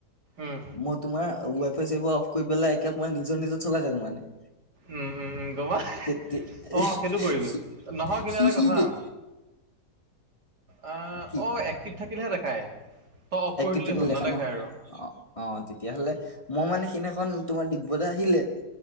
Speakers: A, on the right; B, on the left.
A: উম
B: মই তোমাৰ ৱাই ফাই চাৰ অফ কৰি পেলাই একে মই নিজৰ নিজৰ চলাই থাকো মানে
A: উম উম গবা
B: তে- তে-
A: অ সেইটো কৰিবি
B: সি
A: নহয় কিন্তু
B: সি
A: এটা
B: সি
A: কথা।
B: দে-
A: অহ
B: কি
A: অ একটিভ থাকিলেহে দেখায় তই অফ কৰি
B: এক্টিভ
A: দিলেই
B: থাকিল
A: হ'ল
B: দেখা
A: নেদেখায়
B: ন অ
A: আৰু
B: -অ তেতিয়াহলে মই মানে সেইদিনাখন তোমাৰ দিব্যতা আহিলে